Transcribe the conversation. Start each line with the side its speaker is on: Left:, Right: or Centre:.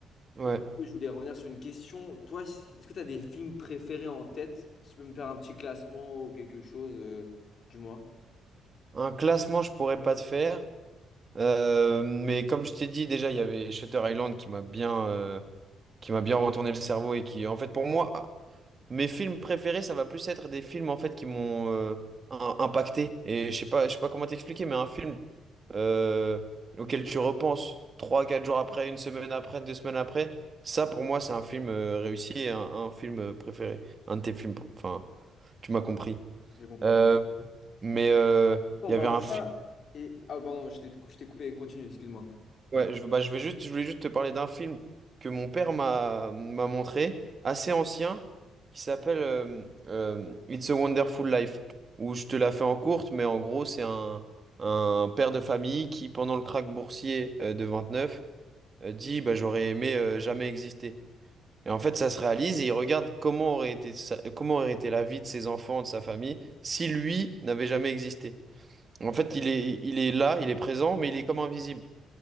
Right: ouais.
Left: Et du coup, je voulais revenir sur une question. Toi, est-ce que tu as des films préférés en tête? Si tu peux me faire un petit classement ou quelque chose, euh, dis-moi.
Right: Un classement, je pourrais pas te faire, Euh, mais comme je t'ai dit, déjà, il y avait Shutter Island qui m'a bien, euh, qui m'a bien retourné le cerveau et qui, en fait, pour moi, mes films préférés, ça va plus être des films, en fait, qui m'ont euh, im- impacté. Et je sais pas, je sais pas comment t'expliquer, mais un film euh, auquel tu repenses trois, quatre jours après, une semaine après, deux semaines après, ça, pour moi, c'est un film euh, réussi et un, un film euh, préféré. Un de tes films, pr- enfin, tu m'as compris.
Left: J'ai compris.
Right: Euh, mais euh,
Left: En
Right: il y
Left: parlant
Right: avait un
Left: de ça,
Right: film
Left: et... Ah, pardon, je t'ai je t'ai coupé. Continue, excuse-moi.
Right: Ouais, je, bah, je vais juste, je voulais juste te parler d'un film que mon père m'a m'a montré, assez ancien, qui s'appelle euh, euh, It's a Wonderful Life, où je te la fais en courte, mais en gros, c'est un, un père de famille qui, pendant le krach boursier euh, de 29, euh, dit bah, j'aurais aimé euh, jamais exister. Et en fait, ça se réalise et il regarde comment aurait été, sa- comment aurait été la vie de ses enfants, de sa famille, si lui n'avait jamais existé. En fait, il est, il est là, il est présent, mais il est comme invisible.